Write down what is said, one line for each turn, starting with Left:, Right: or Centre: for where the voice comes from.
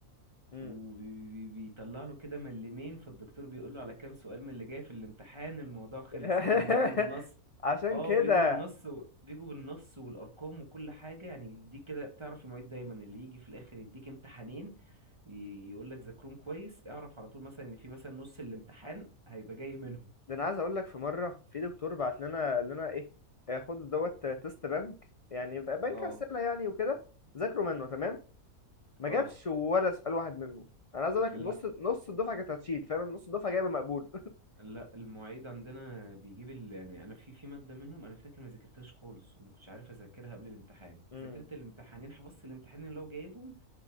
Left: مم.
Right: وبيطلع له كده ملمين فالدكتور بيقول له على كام سؤال من اللي جاي في الامتحان الموضوع خلص
Left: <laughs>
Right: فاهمني بيجوا بالنص
Left: عشان
Right: اه
Left: كده
Right: بيجوا بالنص و... بيجوا بالنص والارقام وكل حاجه يعني يديك كده تعرف المعيد دايما اللي يجي في الاخر يديك امتحانين يقول لك ذاكرهم كويس اعرف على طول مثلا ان في مثلا نص الامتحان هيبقى جاي منهم
Left: ده انا عايز اقول لك في مره في دكتور بعت لنا قال لنا ايه آه، خد دوت آه، تيست بنك يعني ب- بنك
Right: اه
Left: اسئله يعني وكده ذاكروا منه تمام ما
Right: اه
Left: جابش ولا سؤال واحد منه انا عايز اقول لك
Right: لا
Left: نص نص الدفعه كانت هتشيل فاهم نص الدفعه جايبه مقبول
Right: لا المعيد عندنا بيجيب ال... يعني انا في في ماده منهم انا فاكر ما ذاكرتهاش خالص وما كنتش عارف اذاكرها قبل الامتحان
Left: <laughs> مم.
Right: ذاكرت الامتحانين حفظت الامتحانين اللي هو جايبهم